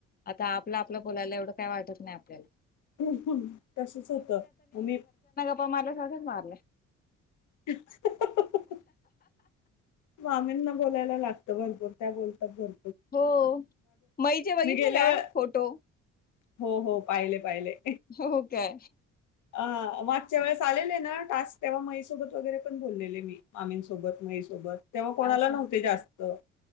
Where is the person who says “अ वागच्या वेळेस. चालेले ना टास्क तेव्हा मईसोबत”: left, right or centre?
Left